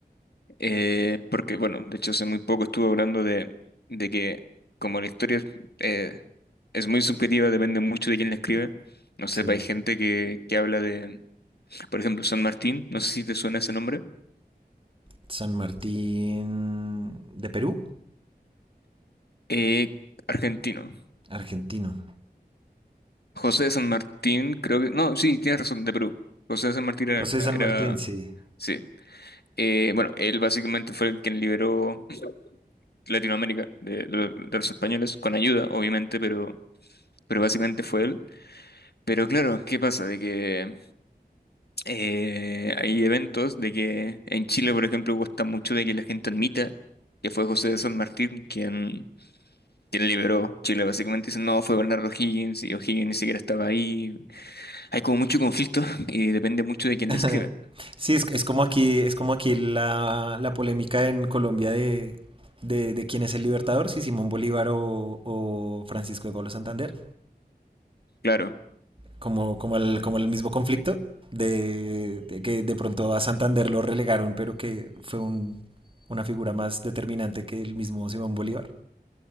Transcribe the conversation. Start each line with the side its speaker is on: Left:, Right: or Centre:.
Left: eh, porque, bueno, de hecho hace muy poco estuve hablando de, de que como la historia eh, es muy subjetiva, depende mucho de quién la escribe. No sé,
Right: Sí.
Left: hay gente que, que habla de, por ejemplo, San Martín, no sé si te suena ese nombre,
Right: San Martín de Perú,
Left: eh, argentino.
Right: argentino.
Left: José de San Martín, creo que. No, sí, tienes razón, de Perú. José de San Martín era.
Right: José San
Left: era-
Right: Martín, sí.
Left: sí. Eh, bueno, él básicamente fue el quien liberó Latinoamérica de, de- de los españoles, con ayuda, obviamente, pero, pero básicamente fue él. Pero claro, ¿qué pasa? De que eh, hay eventos de que en Chile, por ejemplo, cuesta mucho de que la gente admita que fue José de San Martín quien, quien liberó Chile. Básicamente dicen, no, fue Bernardo Higgins y O'Higgins ni siquiera estaba ahí. Hay como mucho conflicto <laughs> y depende mucho
Right: <laughs>
Left: de quién
Right: Ajá.
Left: lo escribe.
Right: Sí, es, es como aquí, es como aquí la, la polémica en Colombia de, de, de quién es el libertador, si Simón Bolívar o, o Francisco de Pablo Santander,
Left: Claro,
Right: como, como el, como el mismo conflicto de, de que de pronto a Santander lo relegaron, pero que fue un, una figura más determinante que el mismo Simón Bolívar.